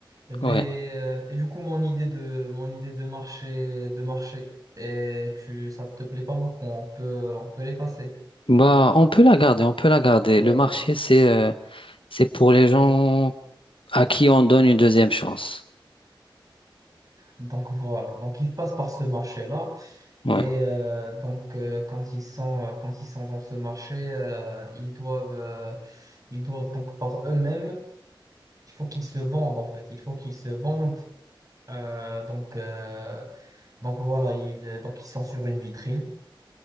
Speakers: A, on the right; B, on the left.
A: mais
B: ouais.
A: euh, et du coup, mon idée de mon idée de marché de marché et tu ça te plaît pas beaucoup, on peut on peut l'effacer,
B: Bah, on peut la garder, on peut la garder.
A: on peut
B: Le
A: la garder.
B: marché, c'est, euh, c'est pour les gens à qui on donne une deuxième chance.
A: Donc voilà. Donc ils passent par ce marché-là
B: Ouais.
A: et euh, donc euh, quand ils sont euh, quand ils sont dans ce marché, euh, ils doivent euh, ils doivent donc par eux-mêmes, il faut qu'ils se vendent en fait, il faut qu'ils se vendent. Euh, donc euh, donc voilà, ils donc ils sont sur une vitrine.